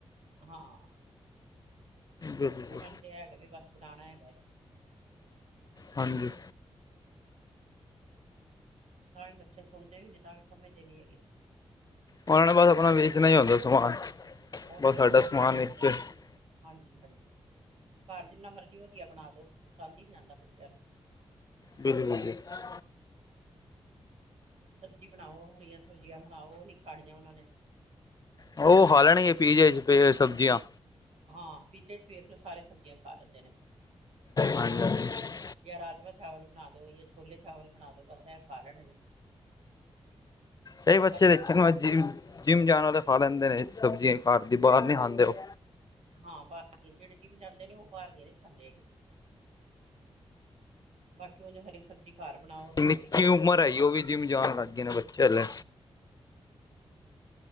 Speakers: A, on the right; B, on the left.
A: ਹਾਂ
B: ਬਿਲਕੁਲ
A: ਉਹਨਾ ਨੂੰ ਤੇ ਹੈਗਾ ਵੀ ਬਸ ਬਣਾਣਾ ਹੈਗਾ ਏ।
B: ਹਾਂਜੀ
A: ਤਾਂ ਵੀ ਬੱਚੇ ਸੁਣਦੇ ਵੀ ਨੇ, ਤਾਂ ਵੀ ਸਮਝਦੇ ਨੀ ਹੈਗੇ।
B: ਉਹਨਾਂ ਨੇ ਬਸ ਆਪਣਾ ਵੇਚਣਾ ਈ ਹੁੰਦਾ ਏ ਸਮਾਨ।
A: ਉਹਨਾਂ
B: ਬਸ
A: ਨੇ
B: ਸਾਡਾ
A: ਆਪਣਾ
B: ਸਮਾਨ
A: ਵੇਚਣਾ
B: ਵਿੱਚ
A: ਹੈਗਾ।
B: ਹਾਂਜੀ
A: ਹਾਂਜੀ ਹਾਂਜੀ। ਘਾਰ ਜਿੰਨਾ ਮਰਜੀ ਵਧੀਆ ਬਣਾ ਦਓ ਪਸੰਦ ਈ ਨਈ ਆਉਂਦਾ ਬੱਚਿਆਂ ਨੂੰ।
B: ਬਿੱਲ ਮੰਗਿਆ।
A: ਸਬਜ਼ੀ ਬਣਾਓ ਹਰੀਆਂ ਸਬਜ਼ੀਆਂ ਬਣਾਓ ਉਹ ਨੀ ਖਾਣੀਆਂ ਉਹਨਾਂ ਨੇ।
B: ਉਹ ਖਾ ਲੈਣਗੇ ਪੀਜੇ ਚ ਪੈ ਹੋਈ ਸਬਜੀਆਂ।
A: ਹਾਂ ਪੀਜੇ ਚ ਵੇਖ ਲਓ ਸਾਰੇ ਸਬਜ਼ੀਆਂ ਖਾ ਲੈਂਦੇ ਨੇ,
B: ਹਾਂਜੀ ਹਾਂਜੀ
A: ਜਾਂ ਰਾਜਮਾ ਚ ਚਾਵਲ ਬਣਾ ਦੋ ਜਾਂ ਛੋਲੇ ਚਾਵਲ ਬਣਾ ਦੋ ਬਸ ਐਹ ਖਾ ਲੈਣੇ ਨੇ।
B: ਕਈ ਬੱਚੇ
A: ਹਰੀਆਂ
B: ਦੇਖੇ
A: ਸਬਜ਼ੀਆਂ
B: ਨੇ ਮਰਜ਼ੀ ਜਿਮ ਜਾਣ ਵਾਲੇ ਖਾ ਲੈਂਦੇ ਨੇ ਸਬਜ਼ੀਆਂ ਘਰ ਦੀ ਬਾਹਰ ਨਈ ਖਾਂਦੇ ਉਹ।
A: ਹਾਂ ਬਾਹਰ ਦੀਆਂ, ਜਿਹੜੇ ਜਿਮ ਜਾਂਦੇ ਨੇ ਉਹ ਬਾਹਰ ਦੀਆਂ ਨੀ ਖਾਂਦੇ ਹੈਗੇ। ਬਾਕੀ ਉਨੇ ਹਰੀ ਸਬਜ਼ੀ ਘਾਰ ਬਣਾਓ।
B: ਨਿੱਕੀ
A: ਭਿੰਡੀ
B: ਉਮਰ ਹੈਗੀ ਉਹ ਵੀ ਜਿੰਮ ਜਾਣ ਲੱਗ ਗਏ ਨੇ ਬੱਚੇ ਹਲੇ।